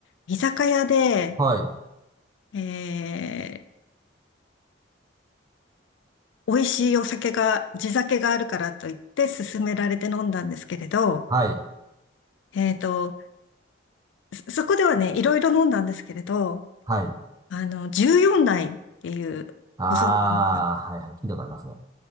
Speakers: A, on the left; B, on the right.
A: 居酒屋で、
B: はい、
A: えー、美味しいお酒が、地酒があるからと言って勧められて飲んだんですけれど、
B: はい、
A: えーと、そそこではね、いろいろ飲んだんですけれど、
B: はい。
A: あの、14代っていう、
B: あー、
A: ご存知です
B: はい、はい、聞いたことありますね。